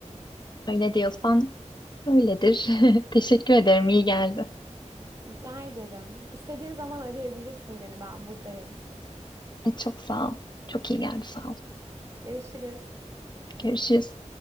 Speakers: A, on the left (about 35°); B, on the right (about 25°).
A: Öyle diyorsan öyledir. <laughs> Teşekkür ederim, iyi geldi.
B: Rica ederim. İstediğin zaman arayabilirsin beni. Ben buradayım.
A: Evet, çok sağ ol. Çok iyi geldi sağ ol.
B: Görüşürüz.
A: Görüşürüz.